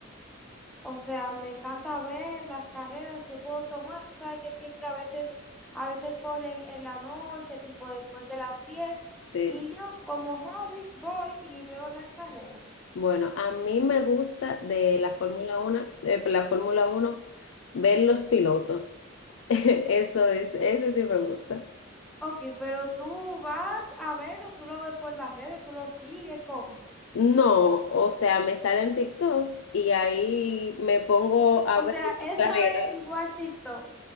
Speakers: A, in the centre; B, on the left.
A: O sea, me encanta ver las carreras, yo puedo tomar, tú sabes que siempre a veces, a veces corren en la noche, tipo después de las 10,
B: sí.
A: y yo como hobby voy y veo las carreras.
B: Bueno, a mí me gusta de la Fórmula uno, de la Fórmula uno ver los pilotos. <laughs> Eso es, ese sí me gusta.
A: Ok, pero tú vas a verlo, tú lo ves por las redes, tú lo sigues, ¿cómo?
B: No, o sea, me salen TikToks y ahí me pongo a
A: O
B: ver
A: sea,
B: las
A: <laughs> eso
B: carreras.
A: es igual TikTok.